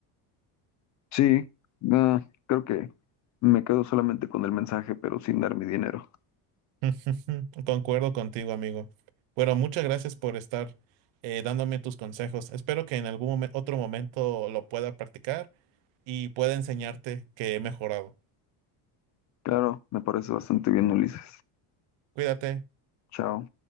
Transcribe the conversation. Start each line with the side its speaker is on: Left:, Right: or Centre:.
Left: Sí, ah, creo que me quedo solamente con el mensaje, pero sin dar mi dinero.
Right: <laughs> Concuerdo contigo, amigo. Bueno, muchas gracias por estar eh, dándome tus consejos. Espero que en algún momen- otro momento lo pueda practicar y pueda enseñarte que he mejorado.
Left: Claro, me parece bastante bien, Ulises.
Right: Cuídate.
Left: Chao.